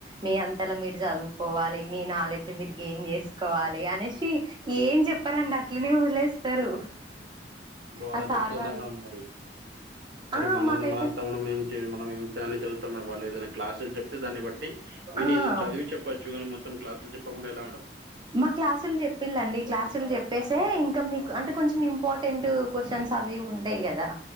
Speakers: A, on the right; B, on the right.
A: మీ అంతలో
B: ఉమ్.
A: మీరు చదువు పోవాలి మీ నాలెడ్జ్ మీరు గెయిన్ చేసుకోవాలి అనేసి ఏం చెప్పారండి అట్లనే వదిలేస్తారు.
B: ఓ అలా
A: ఆ సార్
B: చెప్తే ఎలా
A: వాళ్ళు
B: మేడం మరి మరి
A: ఆ
B: మన
A: మాకైతే
B: మనంతా మనం ఏం మనం ఏని చదువుతా మేడమ్ వాళ్ళు ఏదైనా క్లాసులు చెప్తే దాన్ని బట్టి విని
A: ఆ
B: ఏదన్న చదివి చెప్పచ్చు కానీ మొత్తం క్లాసులు చెప్పకుండా ఎలా మేడం.
A: మాకు క్లాసులు చెప్పిళండి క్లాసులు చెప్పేసే ఇంకా మీకు అంటే కొంచెం ఇంపార్టెంట్ క్వశ్చన్స్ అవి ఉంటాయి కదా.